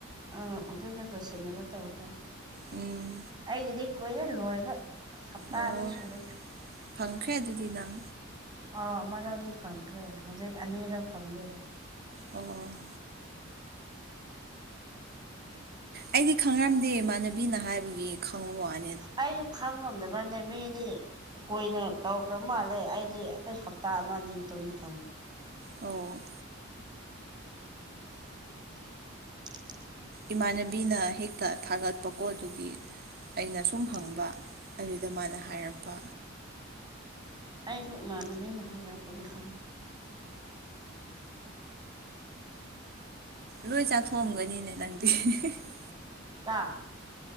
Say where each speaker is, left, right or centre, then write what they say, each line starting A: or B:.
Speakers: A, on the right; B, on the right.
A: ꯑꯥ ꯑꯗꯨꯗ ꯂꯣꯏꯁꯤꯟꫪꯕ ꯇꯧꯈ꯭ꯔꯦ꯫
B: ꯎꯝ꯫
A: ꯑꯩꯒꯤꯗꯤ ꯀꯨꯏꯔꯦ ꯂꯣꯏꯕ ꯍꯞꯇꯥ
B: ꯑꯣ
A: ꯑꯅꯤ ꯁꯨꯔꯦꯗ
B: ꯐꯪꯈ꯭ꯔꯦ ꯑꯗꯨꯗꯤ ꯅꯪ
A: ꯑꯥ ꯑꯃꯔꯥꯎꯗꯤ ꯐꯪꯈ꯭ꯔꯦ ꯍꯧꯖꯤꯛ ꯑꯅꯤꯔꯛ ꯐꯪꯗꯣꯏꯕ
B: ꯑꯣ ꯑꯩꯗꯤ ꯈꯪꯅꯔꯝꯗꯦ ꯏꯃꯥꯟꯅꯕꯤꯅ ꯍꯥꯏꯕꯒꯤ ꯈꯪꯕ ꯋꯥꯅꯤ
A: ꯑꯩꯁꯨ ꯈꯪ ꯉꯝꯗꯕ ꯋꯥꯅꯦ ꯃꯤꯗꯤ ꯀꯣꯏꯅ ꯇꯧꯈ꯭ꯔꯕ ꯃꯥꯜꯂꯦ ꯑꯩꯗꯤ ꯑꯩ ꯍꯞꯇꯥ ꯑꯃ ꯑꯅꯤ ꯃꯇꯨꯡꯗ ꯈꯪꯉꯤ
B: ꯑꯣ
A: <inaudible>
B: ꯏꯃꯥꯟꯅꯕꯤꯅ ꯍꯦꯛꯇ ꯊꯥꯒꯠꯄꯀꯣ ꯑꯗꯨꯒꯤ ꯑꯩꯅ ꯁꯨꯝ
A: ꯎꯝ
B: ꯍꯪꯕ ꯑꯗꯨꯗ ꯃꯥꯅ ꯍꯥꯏꯔꯛꯄ
A: ꯑꯩꯁꯨ ꯏꯃꯥꯟꯅꯕꯤꯅ ꯍꯥꯏꯔꯛꯄꯗꯤ ꯈꯪ
B: ꯂꯣꯏ ꯆꯥꯊꯣꯛꯑꯝꯒꯅꯤꯅꯦ
A: ꯎꯝ
B: ꯅꯪꯗꯤ꯫ <unintelligible>
A: ꯆꯥꯛ꯫